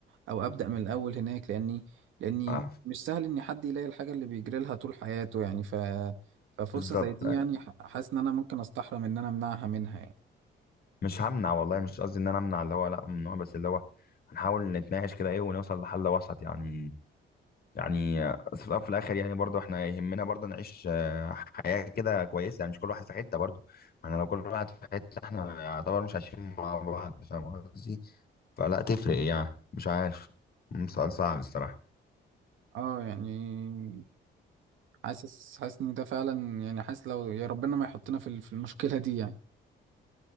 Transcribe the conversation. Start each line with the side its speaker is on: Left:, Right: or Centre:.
Right: او ابدأ من الاول هناك لاني لاني
Left: اه
Right: مش سهل ان حد يلاقي الحاجة اللي بيجري لها طول حياته يعني ف ففرصة
Left: بالظبط
Right: زي دي يعني ح- حاسس ان انا ممكن استحرم ان انا امنعها منها يعني
Left: مش همنع والله مش قصدي ان انا امنع اللي هو لا ممنوع بس اللي هو هنحاول نتناقش كده ايه ونوصل لحل وسط يعني يعني في الأول وفي الاخر يعني برضو احنا يهمنا برضو نعيش آه، حياة كده كويسة يعني مش كل واحد في حتة برضو ما احنا لو كل واحد في حتة احنا يعتبر مش عايشين مع بعض فاهم قصدي فلا تفرق يعني مش عارف مم، سؤال صعب الصراحة
Right: اه يعني حاسس حاسس ان ده فعلا يعني حاسس لو يا ربنا ما يحطنا في ال- في المشكلة دي يعني